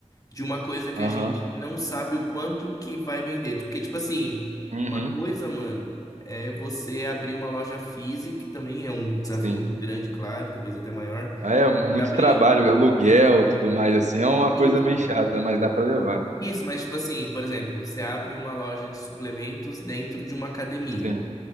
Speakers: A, on the left; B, on the right.
A: de uma coisa que
B: Aham.
A: a gente não sabe o quanto que vai vender. Porque, tipo assim,
B: Uhum.
A: uma coisa, mano, é você abrir uma loja física, que também é um desafio
B: Sim.
A: muito grande, claro, talvez até maior,
B: É, muito
A: mas abrir
B: trabalho, aluguel, tudo mais, assim, é uma
A: isso,
B: coisa meio chata, mas dá pra levar.
A: isso, mas tipo assim, por exemplo, você abre uma loja de suplementos dentro de uma academia.
B: Sim.